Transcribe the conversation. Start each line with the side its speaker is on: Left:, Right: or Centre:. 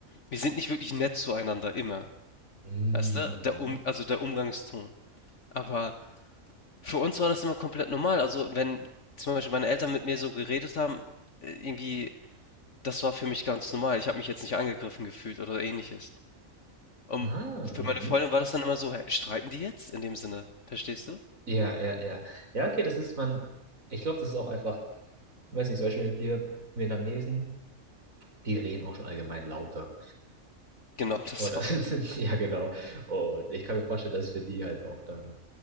Left: wir sind nicht wirklich nett zueinander immer,
Right: Mm,
Left: weißt du?
Right: Mhm.
Left: Der Um also der Umgangston. Aber für uns war das immer komplett normal. Also, wenn zum Beispiel meine Eltern mit mir so geredet haben, äh, irgendwie, das war für mich ganz normal. Ich habe mich jetzt nicht angegriffen gefühlt oder Ähnliches. Und
Right: Ah,
Left: für
Right: mhm.
Left: meine Freundin war das dann immer so, hä, streiten die jetzt? In dem Sinne, verstehst du?
Right: Ja, ja, ja. Ja, okay, das ist man. Ich glaube, das ist auch einfach. weiß nicht, zum Beispiel wir Vietnamesen, die reden auch schon allgemein lauter.
Left: Genau, <laughs> das
Right: Oder
Left: auch.
Right: <laughs> sind, sind, ja, genau. Und ich kann mir vorstellen, dass für die halt auch dann,